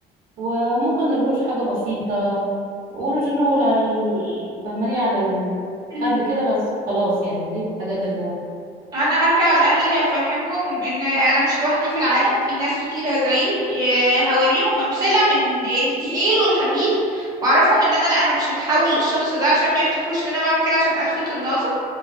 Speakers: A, on the right; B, on the right.
A: وممكن الروج حاجة بسيطة وروج رول على ال... فهماني على الخد
B: مهم.
A: كده بس خلاص يعني دي الحاجات اللي
B: أنا هرجع لأهلي أفهمهم إن أنا مش لوحدي في العالم في ناس كتيرة زيي آه، هوريهم أمثلة من التقيل والخفيف وأعرفهم إن أنا لأ أنا مش هتحول للشخص ده عشان ما يفتكروش إن أنا بعمل كده عشان ألفت النظر